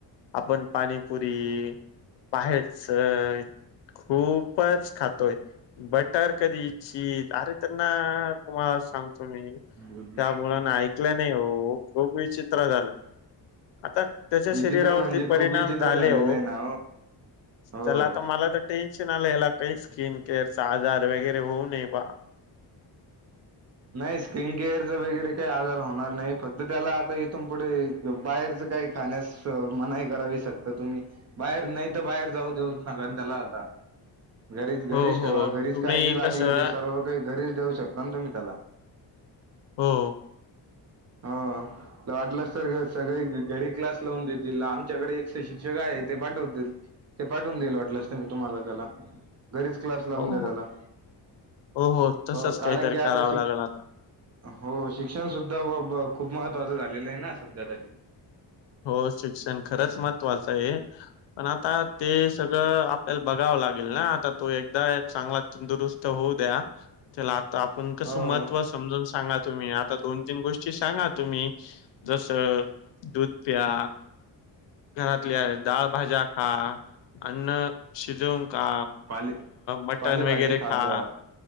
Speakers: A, on the left (about 75°); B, on the right (about 40°).
A: आपण पाणीपुरी बाहेरचं खूपच खातोय. बटर कधीच्छित अरे त्यांना. तुम्हाला सांगतो मी
B: मग
A: त्या मुलाने ऐकलं नाही हो खूप विचित्र झालं. आता त्याच्या
B: विचित्र
A: शरीरावरती
B: म्हणजे
A: परिणाम
B: खूप विचित्र
A: झाले
B: झालेलं
A: हो.
B: आहे ना हो
A: चला आता मला तर टेन. याला काही स्किन केअरचा आजार वगैरे होऊ नये बा.
B: नाही स्क्रीन केअरचा वगैरे काही आजार होणार नाही फक्त त्याला आता इथून पुढे बाहेरच काही खाण्यास मनाई करावी शकत तुम्ही बाहेर नाही तर बाहेर जाऊ देऊन सका त्याला आता.
A: <unintelligible>
B: घरीच
A: हो
B: घरीच
A: हो
B: ठेवा घरीच
A: तुम्ही
B: काही जे लागलं
A: कसं
B: ते सर्व काही घरीच देऊ शकता ना तुम्ही त्याला.
A: हो
B: ह. वाटलंस तर सगळे घरी क्लास लावून देतील आमच्याकडे एकशे शिक्षक आहे ते पाठवतील. ते पाठवून देईल वाटलं असत मी तुम्हाला त्याला. घरीच क्लास लावून
A: हो
B: द्या
A: हो.
B: त्याला
A: हो तसच
B: हो कारण
A: काहीतरी
B: की आता
A: करावं
B: शिक.
A: लागेल आता
B: हो शिक्षण सुद्धा खूप महत्वाचं झालेलं आहे ना सध्या तरी.
A: हो शिक्षण खरंच महत्त्वाचं आहे. पण आता ते सगळं आपल्याला बघावं लागेल ना आता तो एकदा चांगला तंदुरुस्त होऊन. दया चला. तर आपण कसं
B: हो
A: महत्त्व समजून सांगा तुम्ही आता दोन तीन गोष्टी सांगा तुम्ही. जस दूध प्याया घरातल्या डाळ भाज्या. खा अन्न. शिजून का
B: पाले
A: मटन
B: पालेभाजी
A: वगैरे खा.
B: खात जा